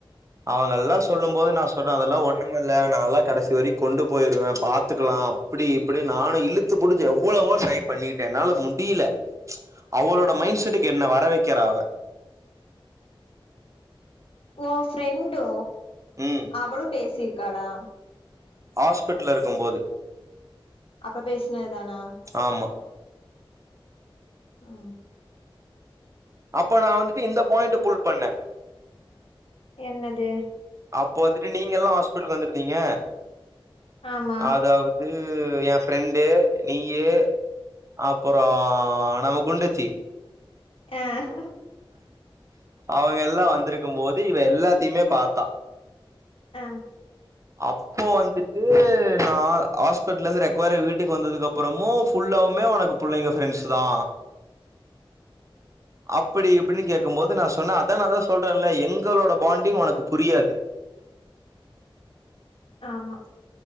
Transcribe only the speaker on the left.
ஓ ஃப்ரெண்டு
அவளு பேசி காலா
அப்ப பேசுனதுதானா
உ
என்னது
ஆமா
ஆஹ்
ஆஹ்
ஆமா